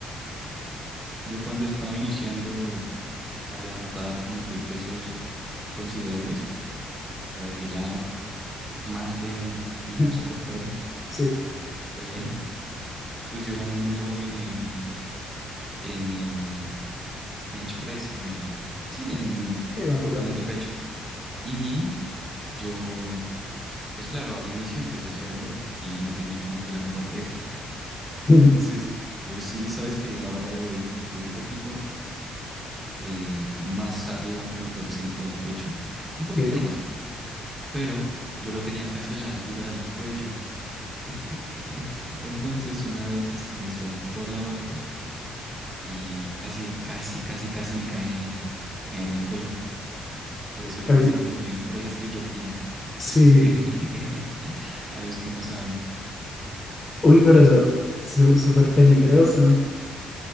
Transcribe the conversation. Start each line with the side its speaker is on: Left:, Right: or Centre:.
Right: Yo cuando estaba iniciando a levantar como que pesos considerables, o sea, de que ya más de mi
Left: Ujú.
Right: peso corporal,
Left: Sí,
Right: eh, Ujú. pues yo era muy nuevo en el, en el bench press, en el, sí, en,
Left: sí, banco plano.
Right: en el de pecho. Y yo, pues claro, al inicio empecé solo y no tenía como que la mejor técnica. <laughs>
Left: <laughs> Ujú.
Right: Entonces, pues sí, sabes que la barra debe ir como que un poquito eh, más arriba, como que del centro del pecho, un poquito
Left: Sí,
Right: nomás. pero yo lo tenía casi a la altura del cuello. <laughs> Entonces una vez se me soltó la barra y casi, casi, casi, casi me cae en el cuello. Por eso le
Left: casi.
Right: dicen como el press guillotina a
Left: Sí,
Right: los que, <laughs> a los que no saben.
Left: Uy, pero
Right: Sí.
Left: eso su- súper peligroso.